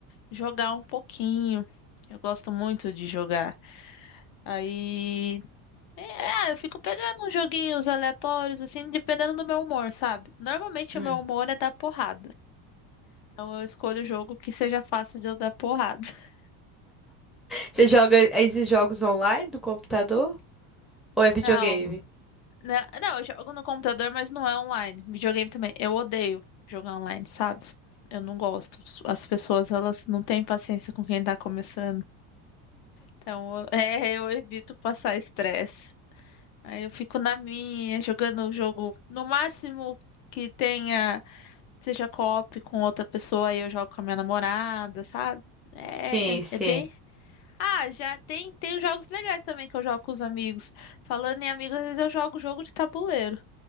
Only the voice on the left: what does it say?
jogar um pouquinho. Eu gosto muito de jogar. Aí, é, ah, eu fico pegando uns joguinhos aleatórios, assim, dependendo do meu humor, sabe? Normalmente
o meu humor é dar porrada. Então eu escolho o jogo que seja fácil de eu dar porrada. <laughs>
Não, Né, Não, eu jogo no computador, mas não é online. Videogame também. Eu odeio jogar online, sabe? Eu não gosto. As pessoas, elas não têm paciência com quem tá começando. Então, <laughs> eu- é, eu evito passar estresse. Aí eu fico na minha, jogando o jogo. No máximo que tenha, seja co-op com outra pessoa, aí eu jogo com a minha namorada, sabe? É,
é,
é bem. Ah, já tem, tem os jogos legais também que eu jogo com os amigos. Falando em amigos, às vezes eu jogo jogo de tabuleiro.